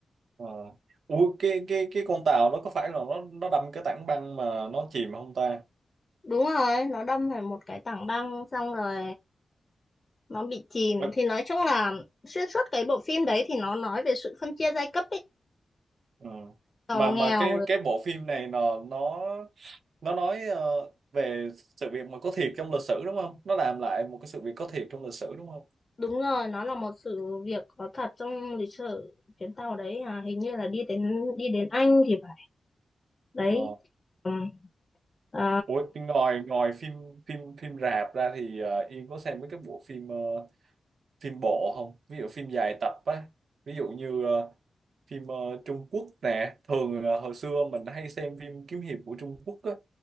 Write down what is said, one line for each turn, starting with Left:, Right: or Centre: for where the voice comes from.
Right: Ờ. Ủa, cái cái cái con tàu nó có phải là nó nó đâm cái tảng băng mà nó chìm không ta?
Left: đúng rồi nó đâm phải một cái tảng băng xong rồi nó bị chìm
Right: Vâng.
Left: thì nói chung là xuyên suốt cái bộ phim đấy thì nó nói về sự phân chia giai cấp ấy
Right: Ờ.
Left: giàu
Right: Mà mà
Left: nghèo
Right: cái
Left: rồi.
Right: cái bộ phim này nó nó nó nói ờ, về sự việc mà có thiệt trong lịch sử đúng không? Nó làm lại một cái sự việc có thiệt trong lịch sử đúng không?
Left: đúng rồi nó là một sự việc có thật trong lịch sử chuyến tàu đấy à hình như là đi đến đi đến Anh thì phải đấy
Right: Ờ.
Left: Ừm. Ờ,
Right: Ủa, ngoài ngoài phim phim phim rạp ra thì ờ, Yên có xem mấy cái bộ phim ờ, phim bộ không? Ví dụ phim dài tập á, ví dụ như ờ, phim ờ, Trung Quốc nè, thường là hồi xưa mình hay xem phim kiếm hiệp của Trung Quốc á